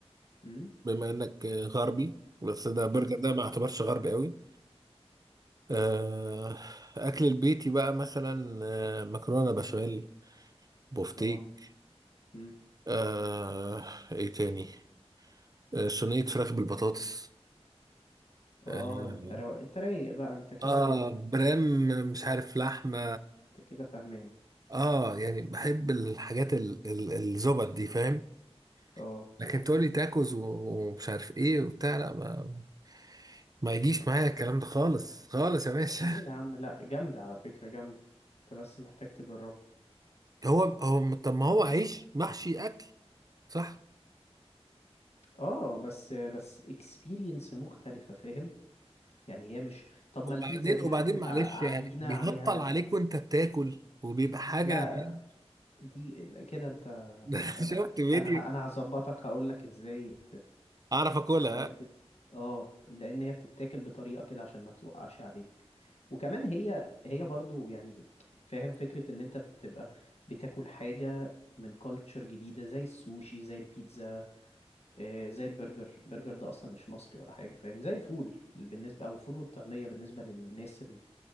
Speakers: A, on the left (about 75°); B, on the right (about 35°).
A: امم
B: بما انك غربي بس ده برجر
A: امم
B: ده ما اعتبرش غربي قوي آه، اكل البيتي بقى مثلا آه، مكرونه بشاميل بوفتيك
A: اه امم
B: آه، ايه تاني آه، صينيه فراخ بالبطاطس اه
A: اه انت رو... انت رايق بقى انت كده
B: آه، برام مش عارف لحمه
A: انت كده فاهمان
B: اه يعني بحب الحاجات ال- ال- الزبط دي فاهم
A: اه
B: لكن تقولي تاكوز و- ومش عارف ايه وبتاع لا ما ما يجيش معايا الكلام ده خالص خالص يا باشا
A: ليه يا عم لا جامدة على فكرة جامدة انت بس محتاج تجربها
B: هو هو طب ما هو عيش محشي اكل صح
A: اه بس بس اكسبيرينس مختلفة فاهم يعني هي مش طب
B: وبعدين
A: ما البيتزا دي
B: وبعدين
A: حبة
B: معلش
A: ع- عجينة
B: يعني بيهطل
A: عليها
B: عليك وانت بتاكل وبيبقى حاجه
A: لا
B: <laughs>
A: دي كده انت
B: ده أنا
A: انت
B: شفت
A: ما...
B: فيديو
A: انا ه... انا هظبطك هقولك ازاي
B: اعرف اكلها
A: اقول لك إز... اه لان هي بتتاكل بطريقه كده عشان ما توقعش عليك وكمان هي هي برضو يعني فاهم فكره ان انت بتبقى بتاكل حاجه من كالتشر جديده زي السوشي زي البيتزا آه، زي البرجر البرجر ده اصلا مش مصري ولا حاجه فاهم زي الفول بالنسبه او الفول والطعميه بالنسبه للناس ال-